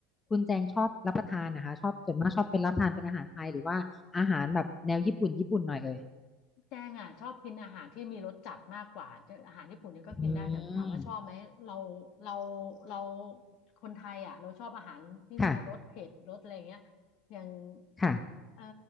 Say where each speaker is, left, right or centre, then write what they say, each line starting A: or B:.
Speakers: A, on the left; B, on the left.
A: คุณแจงชอบรับประทานนะคะชอบส่วนมากชอบเป็นรับประทานเป็นอาหารไทยหรือว่าอาหารแบบแนวญี่ปุ่นญี่ปุ่นหน่อยเอ่ย
B: อืมแจงอ่ะชอบกินอาหารที่มีรสจัดมากกว่าจะอาหารญี่ปุ่นเนี่ยก็กินได้แต่ถามว่าชอบไหมเรา
A: อืม
B: เราเราคนไทยอ่ะเราชอบอาหารที่มีรสเผ็ดรสอะไรอย่างเงี้ย
A: ค่ะ
B: อย่าง
A: ค่ะ
B: เออ